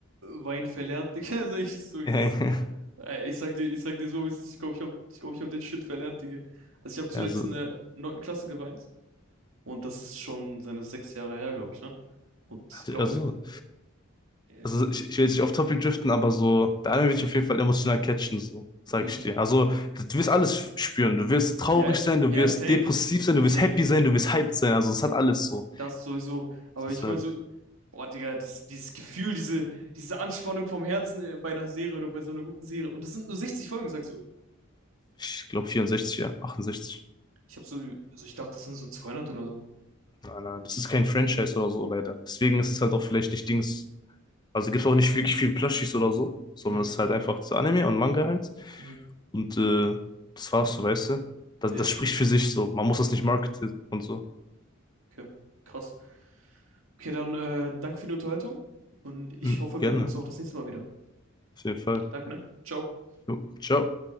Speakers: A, on the right; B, on the left.
A: Wein verlernt, Digga. <laughs> Sag ich, so, es
B: <laughs>
A: ist, Ey, ich sag dir, ich sag dir so, wie es ist. ich glaube, ich habe ich glaub, ich hab den Shit verlernt, Digga. Also ich habe
B: Ja,
A: zuletzt
B: so,
A: in der neunten Klasse geweint. Und das ist schon seine sechs Jahre her, glaube ich, ne? Und
B: also,
A: glaub
B: also
A: mir, äh,
B: also ich, ich will jetzt nicht auf Topic driften, aber so, der Anime wird dich auf jeden Fall emotional catchen, so, sag
A: hm,
B: ich dir. Also, du wirst alles spüren. Du wirst traurig
A: ja,
B: sein, du
A: ja,
B: wirst
A: safe.
B: depressiv sein, du
A: Safe.
B: wirst happy sein, du wirst hyped sein. Also, es hat alles so.
A: Das sowieso. Aber
B: Deshalb,
A: ich meine so, boah, Digga, dieses, dieses Gefühl, diese, diese Anspannung vom Herzen äh, bei einer Serie oder bei so einer guten Serie. Und das sind nur 60 Folgen, sagst du?
B: ich glaube 64, ja, 68.
A: Ich habe so, also ich dachte, das sind so 200 oder so.
B: Nein, nein, das ist kein Franchise oder so, leider. Deswegen ist es halt auch vielleicht nicht Dings. Also gibt es auch nicht wirklich viel Plushies oder so, sondern
A: Hm,
B: es ist halt einfach zu Anime und Manga halt.
A: Mhm.
B: Und äh, das war's, so weißt du. Das,
A: Nee,
B: das spricht für sich so. Man muss das nicht marketen und so.
A: okay. Krass. Okay, dann äh, danke für die Unterhaltung und ich
B: Hm,
A: hoffe,
B: gerne,
A: wir hören uns auch das nächste Mal wieder.
B: auf jeden Fall.
A: Danke, ne? Ciao.
B: Jo, ciao.